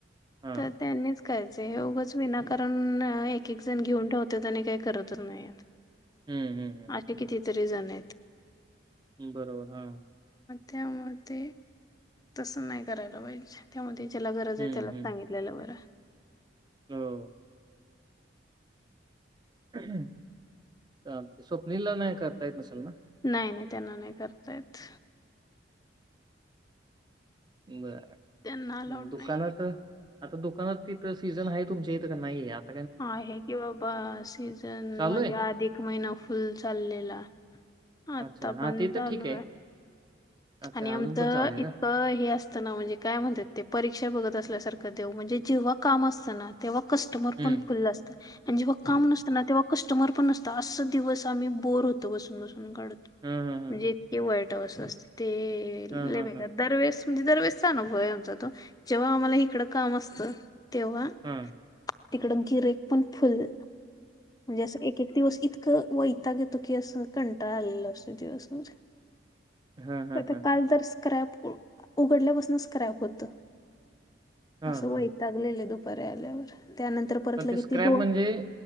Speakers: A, on the right; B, on the left.
A: हां.
B: तर त्यांनीच कायच हेगच विना कारण एक एक जण घेऊन ठेवते आणि काही करतच नाहीत
A: हं, हं,
B: असे कितीतरी जण आहेत
A: बरोबर हा
B: त्यामध्ये तस नाही करायला पाहिजे त्यामध्ये त्याला गरज
A: हं,
B: आहे त्याला
A: हं.
B: सांगितलेलं बरं
A: हो हम् चचा स्वप्नीला नाहीय कातायत मसल ना
B: नाही नाही त्यांना नाही करता येत
A: बर
B: त्यांना अलाउड
A: दुकानात
B: नाहीये.
A: आता दुकानात तिथं सीझन आहे तुमच्या इथं का नाही यात
B: आहे कि बाबा सीझन
A: चालू
B: मध्ये
A: आहे?
B: आधिक महिना फुल चाललेला. आता
A: अच्छा. हां,
B: पण
A: ते तर
B: चालू
A: ठीक
B: आहे.
A: अच्छा
B: आणि आमचं
A: अजून पण चालू आहे
B: इतकं
A: का?
B: हे असतना म्हंजे काय म्हणतात ते परीक्षा बघत अस असल्या सारख म्हंजे देव जेवा काम असताना तेव्हां कस्टमर
A: हं.
B: पण फुलं असतं अन जेव्हा काम नसत ना तेव्हा कस्टमर पण नसत अस दिवस आम्ही बोर होतो बसून बसून काढतो
A: हं, हं,
B: म्हणजे
A: हं, हं.
B: इतके वाईट त अस असते ते
A: हां,
B: लै
A: हां,
B: बेक्कार
A: हां.
B: दरवेळेस म्हणजे दरवेळेसचा अनुभव आहे आमचा तो, जेव्हा आम्हाला हिकडं काम असतं तेव्हा
A: हां.
B: तिकड गिराईक पण फुल म्हणजे असं एक एक दिवस इत वैताग येतो की असं कंटाळा आलेला असतो दिवसभर.
A: हां, हां,
B: आता
A: हां,
B: काल
A: हां.
B: तर स्क्रॅप उघडल्यापासून स्क्रॅप होत.
A: हां,
B: असं
A: हां.
B: वैतागलेले दुपारी आल्यावर त्यानंतर परत
A: पण
B: लगेच
A: ते स्क्रॅप
B: ती दोन
A: म्हणजे?